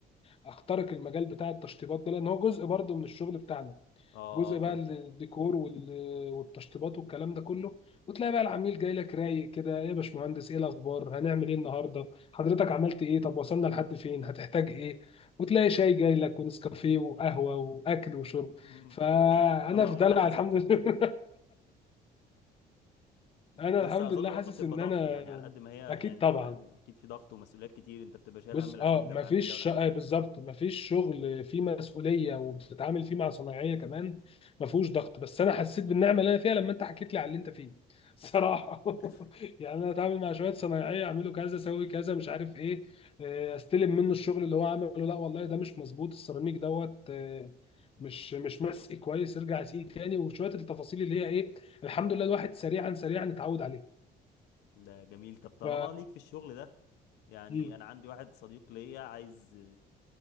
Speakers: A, on the left; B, on the left.
A: اخترق المجال بتاع التشطيبات ده لان هو جزء برضه من الشغل بتاعنا
B: اه
A: جزء
B: اه فاهم
A: بقى الديكور وال- والتشطيبات والكلام ده كله وتلاقي بقى العميل جاي لك رايق كده ايه يا باشمهندس ايه الاخبار هنعمل ايه النهارده حضرتك عملت ايه طب وصلنا لحد فين هتحتاج ايه وتلاقي شاي جاي لك ونسكافيه وقهوه واكل
B: <laughs>
A: وشرب فانا
B: اللهم
A: في دلع
B: لا حسد
A: الحمد
B: <laughs>
A: لله <laughs> انا
B: بس
A: الحمد
B: اظن
A: لله حاسس
B: برضو بتبقى
A: ان
B: ضغط
A: انا
B: يعني على قد ما هي
A: اكيد
B: يعني
A: طبعا
B: روقان اكيد في ضغط ومسؤوليات كتير انت بتبقى شايل
A: بص
B: هم العميل
A: اه
B: ده
A: مفيش
B: والعميل ده والعميل
A: آه، بالظبط مفيش شغل فيه مسؤوليه وبتتعامل فيه مع صنايعيه كمان مفهوش ضغط بس انا حسيت بالنعمه اللي انا فيها لما انت حكيت لي على اللي انت فيه صراحه
B: ده
A: <laughs> يعني انا اتعامل مع شويه صنايعيه اعملوا كذا اسوي كذا مش عارف ايه آه، استلم منه الشغل اللي هو عمله لا والله ده مش مظبوط السيراميك دوت آه، مش مش مسئي كويس ارجع اسقيه تاني وشويه التفاصيل اللي هي ايه الحمد لله الواحد سريعا سريعا اتعود عليه
B: ده جميل طب طالما
A: ف
B: ليك في الشغل ده يعني
A: مم.
B: انا عندي واحد صديق ليا عايز